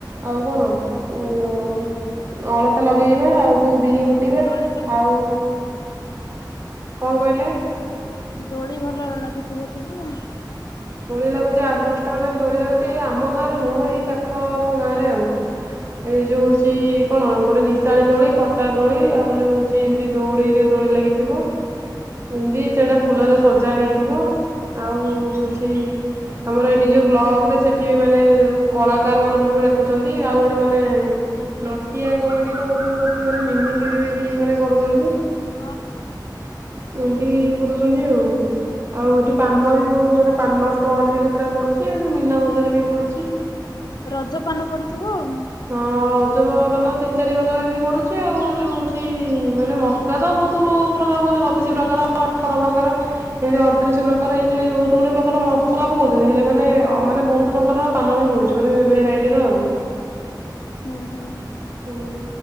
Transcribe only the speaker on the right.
ଆଉ କଣ ଉଁ ଅଳତା ଲଗେଇବା ଆଉ ଯୋଉ ବିରି ଘୋଟିବା
ଆଉ କଣ କହିଲେ?
ଲାଗୁଚି ଆଠ ଦଶଟା ବେଳେ ଦୋଳି ଲାଗୁଚି ଏଇ ଆମ ଗାଁରେ ନୁହଁ ଏଇ ପାଖ ପାଖ ଗାଁରେ ଆଉ। ଏଇ ଯୋଉ ହୋଉଚି କଣ ଗୋଟେ ନିଶାଣି ଦୋଳି ପଟା ଦୋଳି ଆଉ ଯୋଉ ହୋଉଚି ଏମିତି ଦୋଡିରେ ଦୋଳି ଲାଗିଥିବ ଏମିତି ସେଟା ଫୁଲରେ ସଜା ହେଇଥିବ। ଆଉ ହୋଉଚି ଆମର ଏଇଠି ଯୋଉ ବ୍ଲକରେ ସେଠି ମାନେ ଯୋଉ କଳାକାର ମାନଙ୍କୁ ଡାକୁଚନ୍ତି ଆଉ ଗୋଟେ ମାନେ ନଟିଆ କମେଡିର ଏଇ ଯୋଉ ହୋଉଚି ମାନେ ମିମିକ୍ରି ବି ମାନେ କରୁଚନ୍ତି।
ଏମିତି ଇଏ କରୁଚନ୍ତି ଆଉ, ଆଉ ଏଠି ପାନ ବି ବୋହୁତ ମାନେ ପାନ ଷ୍ଟଲ୍ ବି କେତେଟା ପଡୁଚି ଏମତି ମୀନା ବଜାର ବି ପଡ଼ୁଛି
ହଁ ରଜବ ପାନ ତିନି ଚାରି ପ୍ରକାର ଏମିତି ପଡୁଚି ଆଉ ଏଇ ଯୋଉ ହୋଉଚି ମାନେ ମ <unintelligible> ବୋହୁତ ପ୍ରକାର କହୁଚନ୍ତି ବତିଶ ପ୍ରକାର ଅଠର ପ୍ରକାର ଏମିତି ଅଠତିରିଶ ପ୍ରକାର ଏମିତି ବୋହୁତ ଗୁଡେ ପ୍ରକାର ମସଲା ପକୋଉଚନ୍ତି ହେଲେ ମାନେ ମାନେ ବୋହୁତ ପ୍ରକାରର ପାନ ବି ମିଳୁଚି ମାନେ ଭେରାଇଟିର ଆଉ।
ହୁଁ